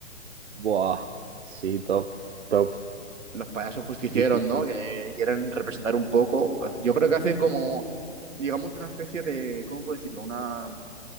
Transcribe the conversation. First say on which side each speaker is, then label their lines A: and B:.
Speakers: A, on the right; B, on the right.
A: Buah, sí, top, top.
B: Los payasos justicieros,
A: Sí, sí,
B: ¿no?
A: sí.
B: Que quieren representar un poco. Yo creo que hacen como, digamos, una especie de, ¿cómo puedo decirlo? Una,